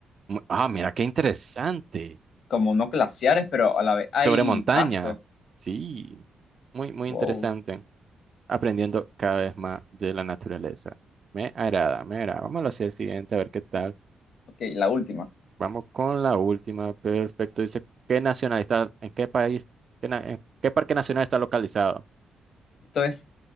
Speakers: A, on the right (about 50°); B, on the left (about 70°).
A: Mu- Ah, mira qué interesante.
B: Como no glaciares, pero
A: S-
B: a la vez hay
A: Sobre montaña.
B: pasto.
A: Sí, muy, muy
B: Wow.
A: interesante. Aprendiendo cada vez más de la naturaleza. Me agrada, me agrada. Vamos hacia el siguiente a ver qué tal.
B: Ok, la última.
A: Vamos con la última. Perfecto. Dice, ¿qué nacional está? ¿En qué país? qué na- ¿En qué parque nacional está localizado?
B: Esto es